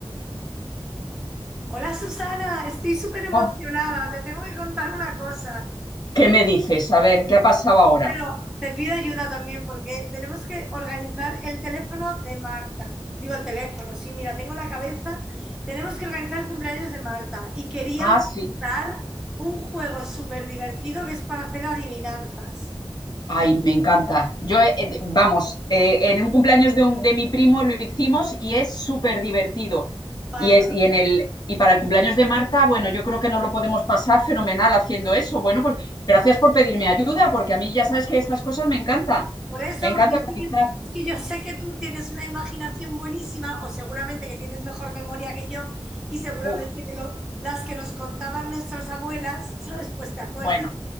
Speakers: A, in the centre; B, on the left.
A: hola Susana, estoy súper emocionada,
B: Oh,
A: te tengo que contar una cosa,
B: ¿qué me dices? A ver, ¿qué ha pasado ahora?
A: pero te pido ayuda también porque tenemos que organizar el teléfono de Marta. Digo el teléfono, sí, mira, tengo la cabeza. Tenemos que organizar el cumpleaños de Marta y quería
B: Ah,
A: organizar
B: sí.
A: un juego súper divertido que es para hacer adivinanzas.
B: Ay, me encanta. Yo, eh, eh, vamos, eh, en un cumpleaños de, un- de mi primo lo hicimos y es súper divertido.
A: Vale,
B: Y es, y en el, y para el cumpleaños de Marta, bueno, yo creo que nos lo podemos pasar fenomenal haciendo eso. Bueno, pues gracias por pedirme ayuda, porque a mí ya sabes que estas cosas me encantan.
A: Por eso,
B: Me encanta
A: porque yo
B: organizar.
A: sé que, es que yo sé que tú tienes una imaginación buenísima o seguramente que tienes mejor memoria que yo y seguramente
B: Uf,
A: que lo- las que nos contaban nuestras abuelas, ¿sabes? Pues te acuerdas,
B: bueno.